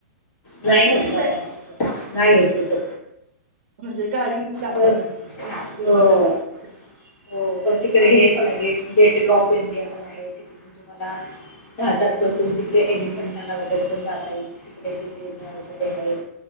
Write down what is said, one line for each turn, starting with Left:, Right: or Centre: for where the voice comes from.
Left: नाही म्हणता
Right: फिरता
Left: काय ना त्या नाही येत त्याच
Right: म्हणजे गाडी दाखवतात
Left: परत हो.
Right: <unintelligible>
Left: हो पण तिकडे हे
Right: अच्छा.
Left: पण आहे गे गेट व ऑफ इंडिया पण आहे तिकडे तुम्हाला... जहाजात बसून तिकडे एलिफंटाला वगैरे पण जाता ये तिकडे गेले वगरे